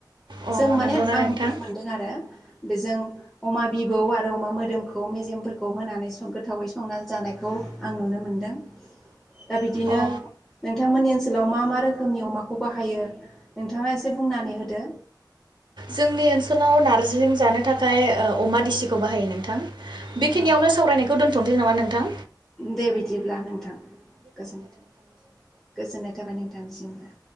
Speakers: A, on the right (about 80°); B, in the centre.
A: अ
B: जों माने
A: नंगौना
B: आं
A: नोंथां
B: नुनो मोनदों आरो बेजों अमा बिबौ आरो अमा मोदोमखौ मेजेमफोरखौ होनानै गोथावै संना जानायखौ आं नुनो मोनदों। दा बिदिनो
A: अ
B: नोंथांमोननि ओनसोलाव मा मा रोखोमनि अमाखौ बाहायो नोंथाङा एसे बुंनानै होदो?
A: जोंनि ओनसोलाव नारजिजों जानो थाखाय ओ अमा दिसिखौ बाहायो नोंथां बेखिनियावनो
B: औ
A: सावरायनायखौ दोनथ'नोसै नामा नों नोंथां
B: दे बिदिब्ला नोंथां गोजोननाय थाबाय गोजोननाय थाबाय नोंथांनिसिमबो।